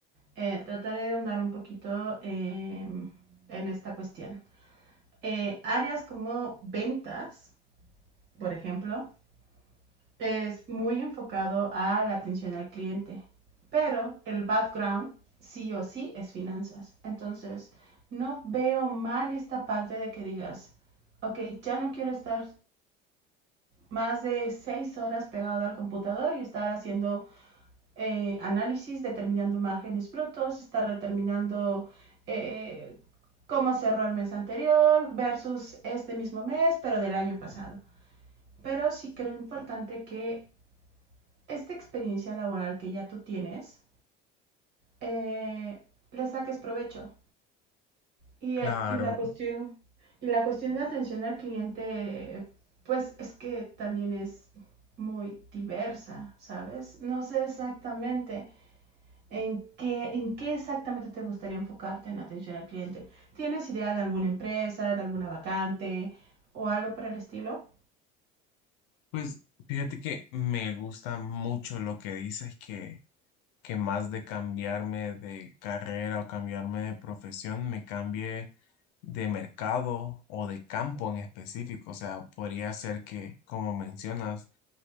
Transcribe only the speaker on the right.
Eh, trataré de ahondar un poquito eh, en esta cuestión. Eh, áreas como ventas, por ejemplo, es muy enfocado a la atención al cliente, pero el background sí o sí es finanzas. Entonces, no veo mal esta parte de que digas, ok, ya no quiero estar más de seis horas pegado al computador y estar haciendo eh, análisis, determinando márgenes brutos, estar determinando eh, cómo cerró el mes anterior versus este mismo mes, pero del año pasado. Pero sí creo importante que esta experiencia laboral que ya tú tienes, eh, le saques provecho. Y,
y, la cuestión, y la cuestión de atención al cliente, pues es que también es muy diversa, ¿sabes? No sé exactamente en qué, en qué exactamente te gustaría enfocarte en atención al cliente. ¿Tienes idea de alguna empresa, de alguna vacante o algo por el estilo?